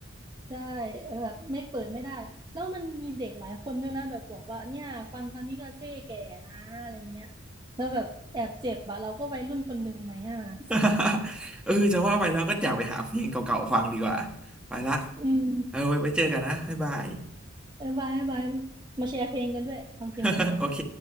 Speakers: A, on the right; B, in the centre.
A: ใช่เออแบบไม่เปิดไม่ได้แล้วมันมีเด็กหลายคนด้วยนะแบบบอกว่าเนี่ยฟังคามิกาเซ่แก่นะอะไรเงี้ยแล้วแบบแอบเจ็บอะเราก็วัยรุ่นคนหนึ่งไหมอ่ะ
B: <laughs> เออจะว่าไปแล้วก็อยากไปหาเพลงเก่าๆฟังดีกว่าไปละ
A: อืม
B: เออไว้ไปเจอกันนะบ๊ายบาย
A: บายบายบายมาแชร์เพลงกันด้วยฟังเพลงอะไรมา
B: <laughs> โอเค